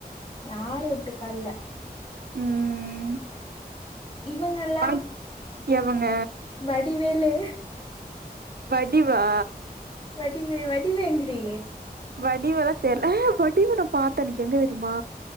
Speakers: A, on the left (about 35°); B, on the right (about 75°).
A: யாரு ஒட்டுக்கால்ல
B: ம்
A: இவுங்கல்லா
B: உனக்கு எவங்க
A: வடிவேலு
B: வடிவா
A: வடிவு வடிவு எங்கடி
B: வடிவெல்லா தெர் ஆஹ வடிவ நா பாத்தன்னைக்கி எங்க தெரிய்மா